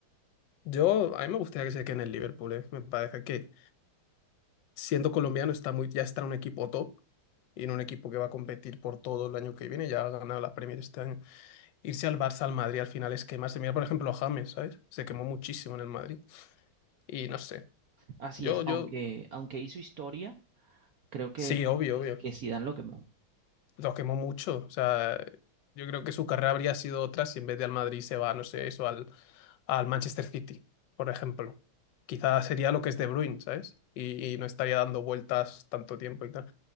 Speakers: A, on the left (about 70°); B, on the right (about 65°).
A: Yo, a mí me gustaría que se quede en el Liverpool, ¿eh? Me parece que siendo colombiano, está muy, ya está en un equipo top y en un equipo que va a competir por todo el año que viene. Ya ha ganado la Premier este año. Irse al Barça, al Madrid, al final es quemarse. Mira, por ejemplo, a James, ¿sabes? Se quemó muchísimo en el Madrid. Y no sé.
B: Así
A: Yo,
B: es,
A: yo,
B: aunque, aunque hizo historia, creo que,
A: sí, obvio,
B: que,
A: obvio.
B: que Zidane lo quemó.
A: Lo quemó mucho. O sea, yo creo que su carrera habría sido otra si en vez de al Madrid se va, no sé, eso, al, al Manchester City, por ejemplo. Quizás sería lo que es De Bruyne, ¿sabes? Y, y no estaría dando vueltas tanto tiempo y tal.